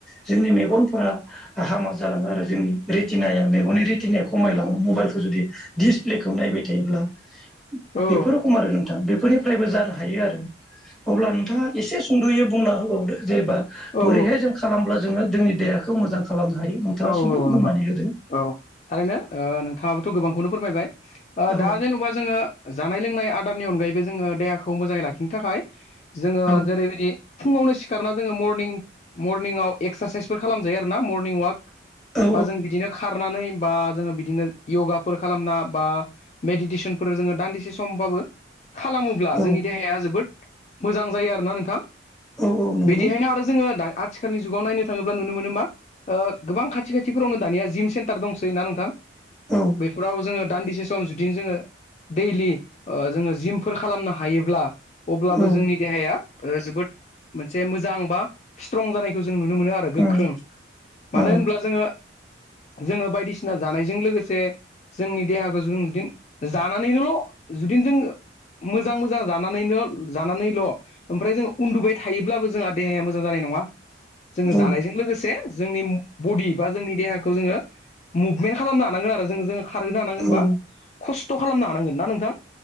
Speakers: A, in the centre; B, on the left (about 35°).
A: जोंनि मेगनफोरा हामा जालाङो आरो जोंनि रेतनाया मेगननि रेतनाया खमायलाङो मबाइलखौ जुदि दिसप्लेखौ नायबाय थायोब्ला
B: औ
A: बेफोर रखम आरो नोंथाङा बेफोरनिफ्रायबो जानो हायो आरो अब्ला नोंथाङा एसे सुंद'यै बुंना होबावदो जेनेबा
B: औ
A: बोरैहाय जों खालामब्ला जोंङो जोंनि देहाखौ मोजां खालामनो हायो नोंथाङा
B: औ
A: सुंद'
B: औ
A: बुंनानै
B: नों
A: होदो।
B: औ थारैनो। नोंथाङाबोथ' गोबांखौनो फोरमायबाय।
A: औ
B: दा जेन'बा जोङो जानाय लोंनाय आदारनि अनगायैबो जोङो देहाखौ मोजाङै लाखिनो थाखाय जोङो
A: औ
B: जेरैबायदि फुङावनो सिखारना जोङो मरनिं मरनिंआव एक्सारसाइसफोर खालामजायो आरोना मरनिं वाक
A: औ
B: बा जों बिदिनो खारनानै बा जोङो बिदिनो य'गाफोर खालामना बा मेडिटेसनफोर जोङो दान्दिसे समबाबो खालामोब्ला
A: औ
B: जोंनि देहाया जोबोद मोजां जायो आरोना नोंथां।
A: औ औ नंगौ
B: बिदिहायनो आरो जोङो आथिखालनि जुगाव नायनो थाङोब्ला नुनो मोनो मा गोबां खाथि खाथिफोरावनो दानिया जिम सेन्टार दंसै ना नोंथां
A: औ
B: बेफोराव जोङो दान्दिसे सम जुदिनो जोङो दैलि जोङो जिमफोर खालामनो हायोब्ला अब्लाबो
A: औ
B: जोंनि देहाया जोबोद मोनसे मोजां बा स्ट्रं जानायखौ जों नुनो मोनो आरो
A: उम
B: गोख्रों मानो
A: औ
B: होनब्ला जोङो, जोङो बायदिसिना जानायजों लोगोसे जोंनि देहाखौ जों जुदिनो जानानैनोल' जुदिनो जों मोजां मोजां जानानैनो जानानैल' ओमफ्राय जों उन्दुबाय थायोब्लाबो जोंहा देहाया मोजां जानाय नङा। जोङो
A: औ
B: जानायजों लोगोसे जोंनि बडि बा जोंनि देहाखौ जोङो मुभमेन्ट खालामनो हानांगोन आरो जों जोङो खारहोनो हानांगोनबा
A: औ
B: खस्थ' खालामनो हानांगोन ना नोंथां